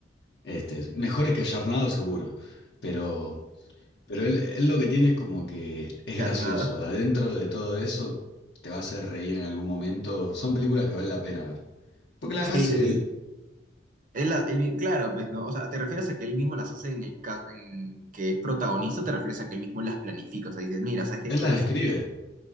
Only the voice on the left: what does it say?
Este, mejores que Yarnado seguro, pero, pero él, él lo que tiene es como que es
gracioso. De Adentro de todo eso te va a hacer reír en algún momento. Son películas que vale la pena ver. Porque las
hace él.
Él
las
escribe.